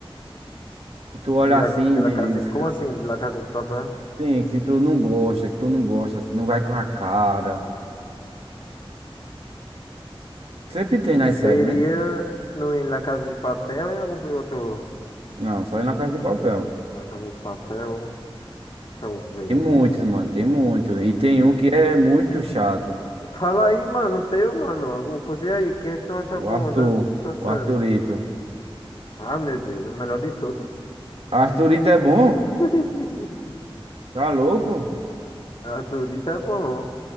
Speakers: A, on the right (about 75°); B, on the left (about 55°).
A: Que tu olha
B: De
A: assim
B: La, de
A: e diz,
B: La Casa de,
A: que-
B: como assim, de La Casa de Papel?
A: sim, que tu não gosta, que tu não gosta, assim, não vai com a cara. Sempre tem nas
B: Seria
A: séries, né?
B: no, em La Casa de Papel ou em algum outro...
A: Não, só aí na Casa de Papel.
B: La Casa de Papel, deixa eu ver.
A: Tem muitos, mano, tem muito. E tem um que é muito chato.
B: Fala aí, mano, teu, mano, alguma coisa aí, o que é que tu acha
A: O
B: bom
A: Arthur,
B: dessa série?
A: o Arthurito.
B: Ah, meu Deus, o melhor de todas.
A: Arthurito é bom?
B: <laughs>
A: Tá louco?
B: A Dorita é bom.